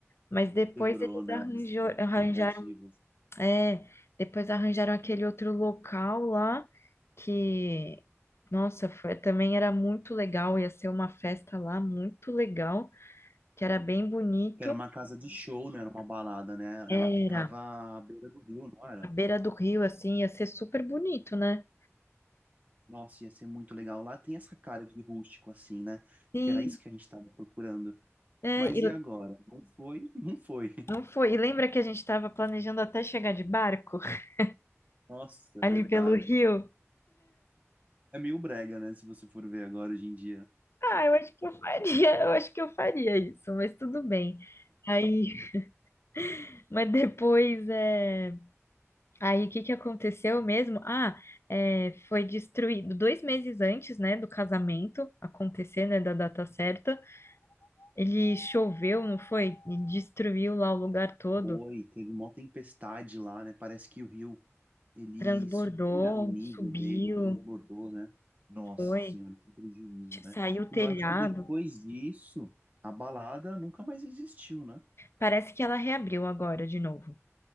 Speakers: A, on the left; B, on the right.
A: Mas depois
B: Quebrou,
A: eles
B: né?
A: arranjou,
B: As, as
A: arranjaram,
B: expectativas.
A: é, depois arranjaram aquele outro local lá que, nossa, foi, também era muito legal, ia ser uma festa lá muito legal, que era bem bonito.
B: Que era uma casa de show, né? Era uma balada, né?
A: Era
B: Ela ficava à beira do rio, não era?
A: à beira do rio, assim, ia ser super bonito, né?
B: Nossa, ia ser muito legal. Lá tem essa cara de rústico, assim, né?
A: Sim,
B: Que era isso que a gente estava procurando.
A: é,
B: Mas
A: e
B: e agora? Não foi? <laughs> Não foi.
A: Não foi. E lembra que a gente estava planejando até chegar de barco <laughs>
B: Nossa,
A: ali
B: é verdade.
A: pelo rio?
B: É meio brega, né? Se você for ver agora hoje em dia.
A: Ah, eu acho que eu faria, eu acho que eu faria isso, mas tudo bem. Aí, <laughs> mas depois é. Aí o que que aconteceu mesmo? Ah, é, foi destruído dois meses antes, né, do casamento acontecer, né, da data certa. Ele choveu, não foi? E destruiu lá o lugar todo,
B: Oi, teve uma tempestade lá, né? Parece que o rio ele
A: transbordou,
B: subiu, né? O nível
A: subiu,
B: dele transbordou, né? Nossa
A: foi,
B: senhora, que prejuízo, né?
A: saiu o telhado.
B: E eu acho que depois disso, a balada nunca mais existiu, né?
A: Parece que ela reabriu agora de novo.